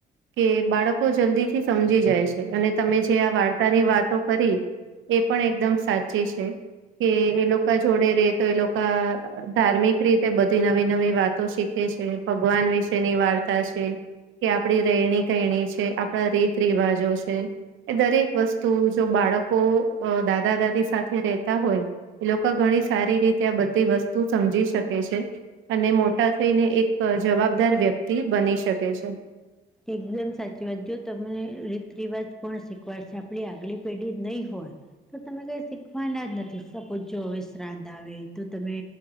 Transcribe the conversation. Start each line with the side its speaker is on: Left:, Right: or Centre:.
Right: કે બાળકો જલ્દી થી સમજી જાય છે અને તમે જે આ વાર્તા ની વાતો કરી એ પણ એકદમ સાચી છે કે એ લોકો જોડે રે તો એ લોકા ધાર્મિક રીતે બધી નવી નવી વાતો શીખે છે ભગવાન વિશે ની વાર્તા છે કે આપણી રહેણી કરણી છે આપણા રીત રિવાજો છે એ દરેક વસ્તુ જો બાળકો દાદા દાદી સાથે રહેેતા હોય એ લોકો ઘણી સારી રીતે આ બધી વસ્તુ સમજી શકે છે. અને મોટા થઈને એક જવાબદાર વ્યક્તિ બની શકે છે.
Centre: એકદમ સાચી વાત જો તમને રીત રિવાજ કોણ શીખવાડશે આપણી આગલી પેઢી નહી હોય તો તમે કઈ શીખવાના જ નથી સપૂજો હવે શ્રાદ્ધ આવે તો તમે